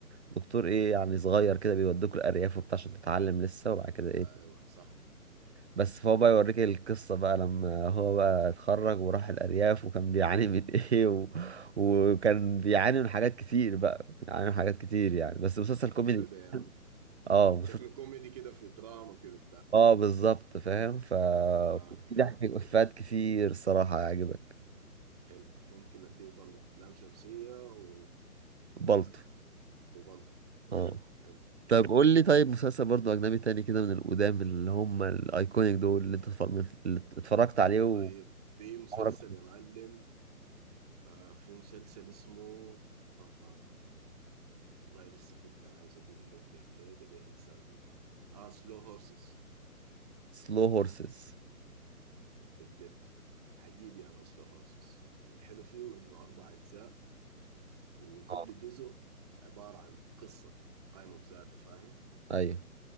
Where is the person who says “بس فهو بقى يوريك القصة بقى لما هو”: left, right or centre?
Right